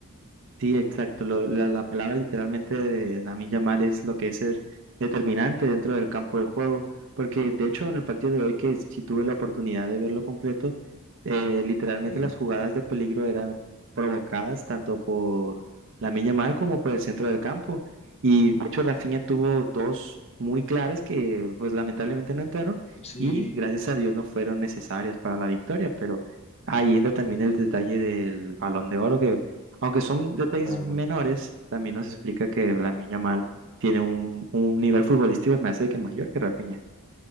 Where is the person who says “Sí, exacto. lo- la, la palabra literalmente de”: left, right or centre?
Right